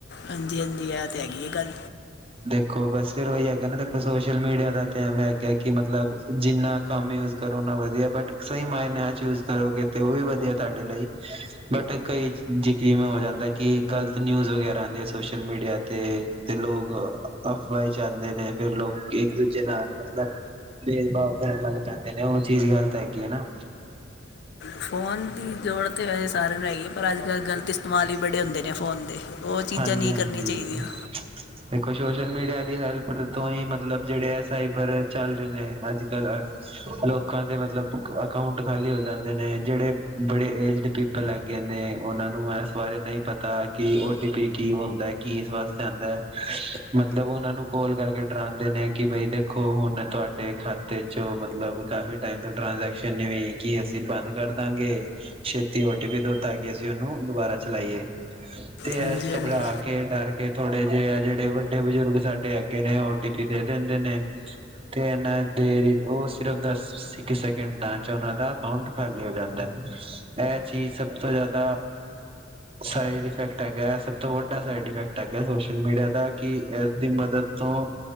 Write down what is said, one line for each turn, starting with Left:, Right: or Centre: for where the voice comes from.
Left: ਹਾਂਜੀ -ਹਾਂਜੀ, ਇਹ ਤੇ ਹੈਗੀ ਹੈ ਗੱਲ।
Right: ਦੇਖੋ ਬਸ ਫੇਰ ਉਹੀ ਹੈਗਾ ਨਾ ਦੇਖੋ ਸੋਸ਼ਲ ਮੀਡੀਆ ਦਾ ਤੇ ਐਵੇਂ ਹੈਗਾ ਕਿ ਮਤਲਬ ਜਿੰਨਾ ਕੰਮ ਯੁਜ ਕਰੋ ਨਾ ਵਧੀਆ ਬਟ ਸਹੀ ਮਾਨਿਆ ਚ ਯੂਜ ਕਰੋ ਕਿਤੇ ਉਹ ਵੀ ਵਧੀਆ ਤੁਹਾਡੇ ਲਈ। ਬਟ ਕਈ ਜ ਜਿਵੇਂ ਹੋ ਜਾਂਦਾ ਕਿ ਗ਼ਲਤ ਨਿਊਜ਼ ਵਗੈਰਾ ਆਉਂਦੀ ਹੈ ਸੋਸ਼ਲ ਮੀਡੀਆ ਤੇ ਫ ਲੋਗ ਅਫਵਾਹ ਹੀ ਛੱਡਦੇ ਨੇ ਫੇਰ ਲੋਕੀ ਇੱਕ ਦੂਜੇ ਨਾਲ ਮਤਲਬ ਭੇਦਭਾਵ ਕਰਨ ਲੱਗ ਜਾਂਦੇ ਨੇ। ਉਹ ਚੀਜ਼ ਗ਼ਲਤ ਹੈਗੀ ਹੈ ਨਾ।
Left: ਫ਼ੋਨ ਦੀ ਲੋੜ ਤਾਂ ਵੈਸੇ ਸਾਰਿਆਂ ਨੂੰ ਹੈਗੀ ਹੈ, ਪਰ ਅੱਜ-ਕੱਲ੍ਹ ਗ਼ਲਤ ਇਸਤੇਮਾਲ ਹੀ ਬੜੇ ਹੁੰਦੇ ਨੇ ਫੋਨ ਦੇ। ਉਹ ਚੀਜ਼ਾਂ
Right: ਹਾਂਜੀ
Left: ਨਹੀਂ
Right: ਹਾਂਜੀ
Left: ਕਰਨੀਆਂ ਚਾਹੀਦੀਆਂ।
Right: ਦੇਖੋ ਸੋਸ਼ਲ ਮੀਡੀਆ ਦੀ ਹੈਲਪ ਤੋਂ ਹੀ ਮਤਲਬ ਜਿਹੜੇ ਆ ਸਾਈਬਰ ਚੱਲ ਰਹੇ ਨੇ। ਅੱਜ-ਕੱਲ੍ਹ ਲੋਕਾਂ ਦੇ ਮਤਲਬ ਅਕਾਊਂਟ ਖਾਲੀ ਹੋ ਜਾਂਦੇ ਨੇ ਜਿਹੜੇ ਬੜੇ ਏਜਡ ਪੀਪਲ ਹੈ। ਗੇ ਨੇ। ਉਹਨਾਂ ਨੂੰ ਇਸ ਬਾਰੇ ਨਹੀਂ ਪਤਾ ਕਿ ਓ ਟੀ ਪੀ ਕੀ ਹੁੰਦਾ। ਕੀ ਕਿਸ ਵਾਸਤੇ ਆਉਂਦਾ। ਮਤਲਬ ਓਨਾਂ ਨੂੰ ਕੋਲ ਕਰਕੇ ਡਰਾਂਦੇ ਨੇ ਕਿ ਬਈ ਦੇਖੋ ਹੁਨ ਤੁਹਾਡੇ ਖਾਤੇ ਚੋ ਮਤਲਬ ਕਾਫੀ ਟਾਈਮ ਤੋਂ ਟ੍ਰਾਂਜੈਕਸ਼ਨ ਨੀ ਹੋਈ ਕੀ ਅਸੀਂ ਬੰਦ ਕਰ ਦਾਂਗੇ। ਛੇਤੀ ਉੱਠ ਕੇ ਧੋਤਾ ਗੇਆ ਸੀ ਓਨੂੰ, ਦੁਬਾਰਾ ਚਲਾਈ ਏ। ਤੇ
Left: ਹਾਂਜੀ
Right: ਆ
Left: ਹਾਂਜੀ
Right: ਘਬਰਾ ਕੇ ਡਰ ਕੇ ਥੋੜੇ ਜੇ ਆ ਜੇੜੇ ਵੱਡੇ ਬਜ਼ੁਰਗ ਸਾਡੇ ਅੱਗੇ ਨੇ ਓ ਲੋਕਿ ਦੇ ਦੇਂਦੇ ਨੇ ਤੇ ਏਨਾ ਦੇਰ ਚ ਓਸ ਸਿਰਫ ਦਸ ਇੱਕ ਸੈਕਿੰਡਾਂ 'ਚ ਓਨਾਂ ਦਾ ਅਕਾਊਂਟ ਖਾਲੀ ਹੋ ਜਾਂਦਾ ਐ, ਐ ਜੀ ਸਭ ਤੋਂ ਜਾਦਾ ਸਾਈਡ ਇਫੈਕਟ ਹੈਗਾ ਸਭ ਤੋਂ ਵੱਡਾ ਸਾਈਡ ਇਫੈਕਟ ਹੈਗਾ ਸੋਸ਼ਲ ਮੀਡੀਆ ਦਾ ਕੀ ਏਸ ਦੀ ਮਦਦ ਤੋਂ